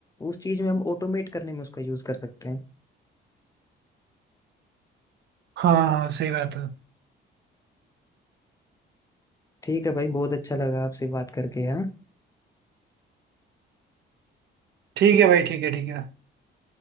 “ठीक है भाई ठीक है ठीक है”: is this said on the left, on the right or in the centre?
Right